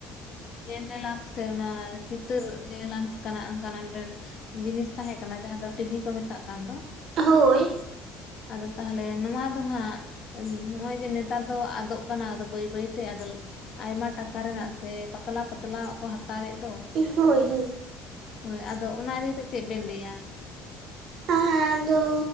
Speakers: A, on the left (about 50°); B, on the right (about 60°).
A: ᱮ <inaudible> ᱛᱮ ᱚᱱᱟ ᱪᱤᱛᱟᱹᱨ ᱧᱮᱞᱟᱱ ᱞᱮᱠᱟᱱᱟᱜ ᱚᱱᱠᱟᱱᱟᱜ ᱢᱤᱫᱴᱮᱱ ᱡᱤᱱᱤᱥ ᱛᱟᱦᱮᱸ ᱠᱟᱱᱟ ᱡᱟᱦᱟᱸ ᱫᱚ ᱴᱤᱵᱷᱤ ᱠᱚ ᱢᱮᱛᱟᱜ ᱠᱟᱱ ᱫᱚ
B: ᱦᱳᱭ ᱾
A: ᱟᱫᱚ ᱛᱟᱦᱚᱞᱮ ᱱᱚᱣᱟ ᱫᱚ ᱦᱟᱸᱜ ᱱᱚᱜᱼᱚᱭ ᱡᱮ ᱱᱮᱛᱟᱨ ᱫᱚ ᱟᱫᱚᱜ ᱠᱟᱱᱟ ᱟᱫᱚ ᱵᱟᱹᱭ ᱵᱟᱹᱭᱛᱮ ᱟᱫᱚ ᱟᱭᱢᱟ ᱴᱟᱠᱟ ᱨᱮᱱᱟᱜ ᱥᱮ ᱯᱟᱛᱞᱟ ᱯᱟᱛᱞᱟ ᱠᱚ ᱦᱟᱛᱟᱣᱮᱫ ᱫᱚ,
B: ᱦᱳᱭ ᱦᱳᱭ
A: ᱦᱳᱭ ᱟᱫᱚ ᱚᱱᱟ ᱤᱫᱤ ᱠᱟᱛᱮ ᱪᱮᱫ ᱵᱤᱱ ᱞᱟᱹᱭᱼᱟ?
B: ᱟᱦᱟᱸ ᱟᱫᱚ